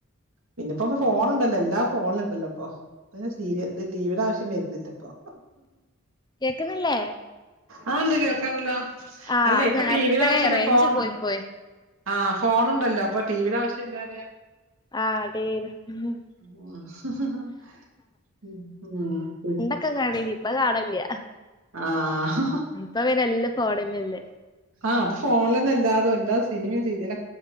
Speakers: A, on the right; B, on the left.
A: പിന്നെപ്പോ പ്പോ ഫോണുണ്ടല്ലോ എല്ലാ ഫോണിലും ണ്ടല്ലോ ഇപ്പൊ ഇപ്പേയ്ന് സീരിയൽ ത് ടിവിയുടെ ആവശ്യം വരുന്നില്ല ഇപ്പൊ
B: കേക്കുന്നില്ലേ
A: ആ ഉണ്ട് കേൾക്കാണ്ടല്ലോ
B: ആഹ്
A: അല്ലേ
B: അത്
A: ഇപ്പൊ
B: നേരത്തെ
A: ടിവിൽ ആവശ്യല്ല
B: റേഞ്ച്
A: ഫോൺ
B: പോയി പോയി
A: ആ ഫോണുണ്ടല്ലോ അപ്പൊ ടി വിടെ ആവശ്യംല്ലാ പറയാ
B: ആ ടി വി
A: ഓ <unintelligible>
B: ക്കെ കാണേനി ഇപ്പ കാണാല്ല
A: ആ ഹ ഹാ
B: ഇപ്പൊ എല്ലാം ഫോണിലല്ലേ
A: ആ ഫോണിലെന്നെ എല്ലാതും എല്ലാ സിനിമയും സീരിയലൊ